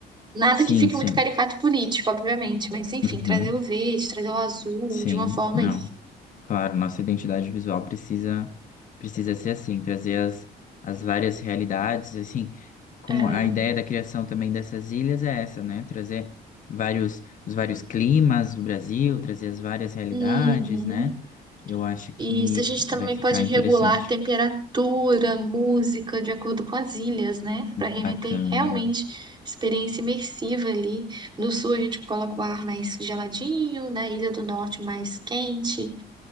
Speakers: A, on the right (about 25°); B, on the left (about 50°).
A: Nada
B: Sim,
A: que fique
B: sempre.
A: muito caricato e político, obviamente, mas enfim,
B: Uhum.
A: trazer o verde, trazer o azul
B: Sim,
A: de uma forma
B: não.
A: aí.
B: Claro, nossa identidade visual precisa precisa ser assim, trazer as, as várias realidades, assim, como
A: É.
B: a ideia da criação também dessas ilhas é essa, né? Trazer vários os vários climas do Brasil, trazer as várias realidades,
A: Uhum.
B: né? Eu acho que
A: Isso, a gente
B: fi-
A: também
B: vai ficar
A: pode
B: interessante.
A: regular a temperatura, música, de acordo com as ilhas, né? Para remeter
B: Bacana.
A: realmente experiência imersiva ali. No sul a gente coloca o ar mais geladinho, na Ilha do Norte mais quente.